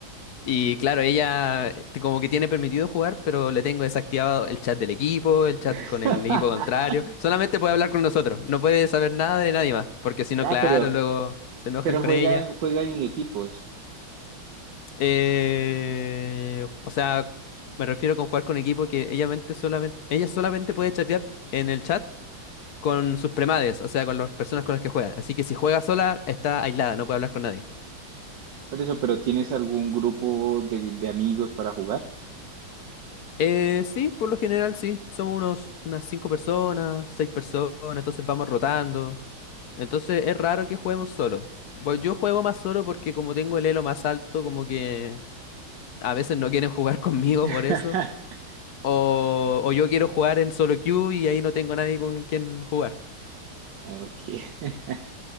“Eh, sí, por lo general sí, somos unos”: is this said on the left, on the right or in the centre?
Left